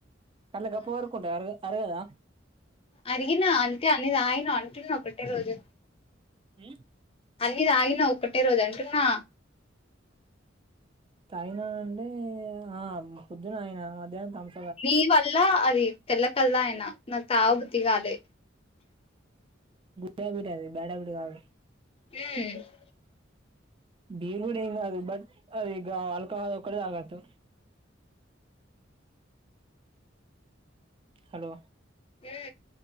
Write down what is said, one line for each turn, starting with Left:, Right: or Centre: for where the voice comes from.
Right: కనీ గప్ప వరకుంటాయి అర అరగదా
Left: అడిగిన అంతే అనేది ఆయన అంటున్నా ఒకటే రోజు
Right: ఆ
Left: అన్ని తాగిన ఒక్కటే రోజు అంటున్నా
Right: తైనా అంటే ఆ పొద్దున ఆయన మధ్యాహ్నం త
Left: నీ వల్ల అది తెల్లకల్లా అయిన నాకు తాగ బుద్ధి కాలే
Right: బబడ అది బ్యాడ బడ కాదు
Left: ఆ
Right: బీల్ గుడి హంగ్ అదు బట్ అది ఈగ ఆల్కాహద్ ఒకక్కడే ఆగతు హలో
Left: ఉ